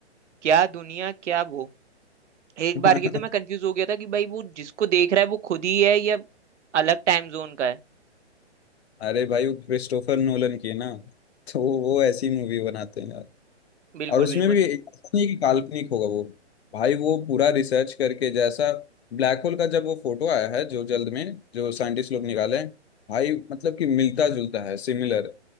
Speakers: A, on the right; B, on the left.
A: क्या दुनिया क्या वो एक
B: <laughs>
A: बार की तो मैं कंफ्यूज हो गया था कि भाई वो जिसको देख रहा है वो खुद ही है या अलग टाइम जोन का है
B: अरे भाई वो क्रिस्टोफर नोलन की है ना तो वो ऐसी मूवी बनाते हैं यार
A: बिल्कुल
B: और उसमें
A: बिल्कुल
B: भी ऐसा नहीं कि काल्पनिक होगा वो भाई वो पूरा रिसर्च करके जैसा ब्लैक होल का जब वो फोटो आया है जो जल्द में जो साइंटिस्ट लोग निकाले हैं भाई मतलब कि मिलता जुलता है सिमिलर